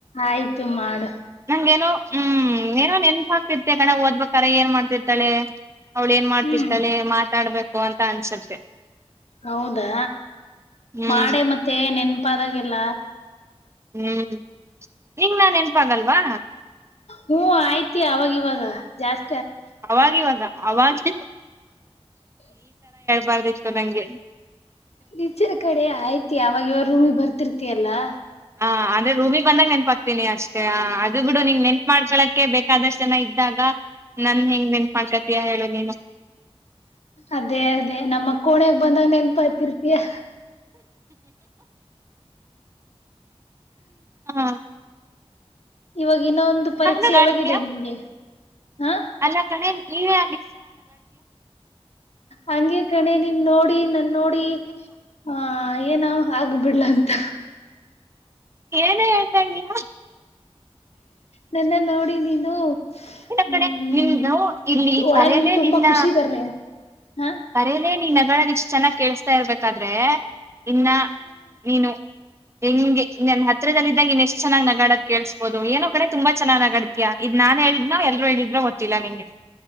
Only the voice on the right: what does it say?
ಹಂಗೇನ ಹ್ಮ್ ಏನೋ ನೆನ್ಪ ಆಗ್ತಿರ್ತೀಯ ಕಣೆ ಓದ್ಬೇಕ್ರ ಏನ್ ಮಾಡ್ತಿರ್ತಾಳೆ ಅವ್ಳ ಏನ್ ಮಾಡ್ತಿರ್ತಳೆ
ಮಾತಾಡ್ಬೇಕ ಬೇಕು ಅಂತ ಅನ್ಸುತ್ತೆ ತೇ
ಹ್ಮ್
ಹ್ಮ್ ನಿಂಗ್ ನಾ ನೆನ್ಪಾಗಲ್ವಾ
ಅವಾಗಿವಾಗ ಅವಾಗ್ಲೆ ಬಾರದಿತ್ತು ನಂಗೆ
ಹಾ ಅಂದ್ರೆ ರೂಮಿ ಬಂದಾಗ ನೆನ್ಪಪಾ ತಿನಿ ಅಷ್ಟೇ ಅದು ಬಿಡು ನಿಂಗ್ ನೆನ್ ಮಾಡ್ಕೊಳಕ್ಕೆ ಬೇಕಾದಷ್ಟು ಜನ ಇದ್ದಾಗ ನನ್ ಹೆಂಗ್ ನೆನಪ್ ಮಾಡ್ಕತಯಾ ಹೇಳು ನೀನು
ಹಾ
ನಗಾಡ್ತೀಯ
ಅಲ್ಲ ಕಣೆ ನೀನಾ
ಏನ ಹೇಳ್ತಾ ಇದಯ
ಎ
ಕಡೆ ನಿಮ ನ ಇಲ್ಲಿ
ಕರಲೆ
ನಿನ್ನ
ಕರಲೆ ನಿ ನಗಳ ಇಷ್ಟು ಚೆನ್ನಾಗಿ ಕೇಳಿಸಸ್ತಾ ಇರ್ಬೇಕಾದ್ರೆ ಇನ್ನ ನೀನು ಹೆಂಗೆ ನನ್ನ ಹತ್ರಿದಲ್ಲಿದ್ದಾಗಿನ್ ಚನ್ನ ನಗಡದ ಕೇಳಿಸಬೋುದು ಏೋ ಕಡೆ ತುಂಬ ಚನ್ನ್ ನಗಡತತ್ಯಾ ಇದ ನನ್ ಹೇಳಿ ಇನ್ನ ಎಲ್ರರು ಹೇಳಿದ್ರೆ ಗೊತ್ತಿಲ್ಲ ನಿಮ್ಗೆ